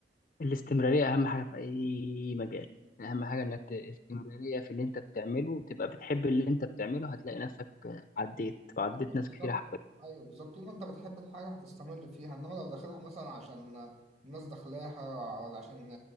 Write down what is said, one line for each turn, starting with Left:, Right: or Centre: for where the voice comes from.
Left: الاستمرارية أهم حاجة في أي مجال أهم حاجة
Right: أيوة
Left: إنك ت- استمرارية في اللي أنت بتعمله وتبقى بتحب اللي أنت بتعمله هتلاقي نفسك عديت وعديت
Right: بالظبط
Left: ناس كتير حبت
Right: أيوه بالظبط طول ما أنت بتحب الحاجة هتستمر فيها إنما لو داخلها مثلا عشان الناس داخلاها ولا عشان